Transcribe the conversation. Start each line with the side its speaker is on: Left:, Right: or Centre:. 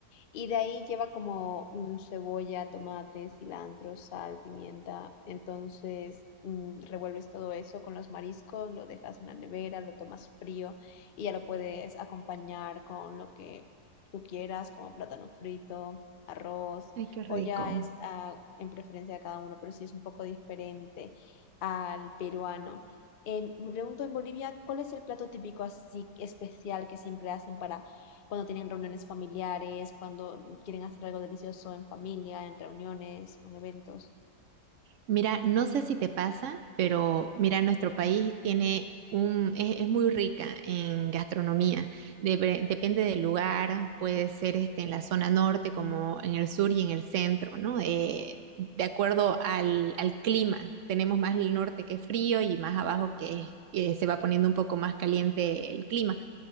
Left: Y de ahí lleva como mm, cebolla, tomate, cilantro, sal, pimienta. Entonces mm, revuelves todo eso con los mariscos, lo dejas en la nevera, lo tomas frío y ya lo puedes acompañar con lo que tú quieras, como plátano frito, arroz,
Right: Ay, qué rico.
Left: o ya es ah, en preferencia de cada uno, pero sí es un poco diferente al peruano. Em, me pregunto en Bolivia, ¿cuál es el plato típico así especial que siempre hacen para cuando tienen reuniones familiares, cuando quieren hacer algo delicioso en familia, en reuniones, en eventos.
Right: Mira, no sé si te pasa, pero mira, nuestro país tiene un, es, es muy rica en gastronomía. Depre- depende del lugar, puede ser este, en la zona norte como en el sur y en el centro, ¿no? Eh, de acuerdo al, al clima, tenemos más el norte que es frío y más abajo que, es- que se va poniendo un poco más caliente el clima.